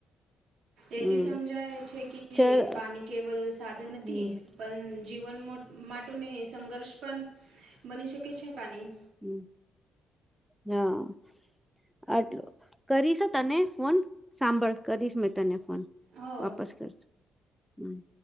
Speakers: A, on the right; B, in the centre.
A: એથી
B: હમ
A: સમજાય છે કે
B: ચલ
A: પાણી કેવલ સાધન નથી.
B: હમ
A: પણ જીવન માટને સંઘર્ષ પણ બની શકે છે પાણી.
B: હમ્મ હા આટલું કરીશ તને ફોન સાંભળ કરીશ મેં તને ફોન
A: હો
B: વાપસ કરશ. હમ્મ.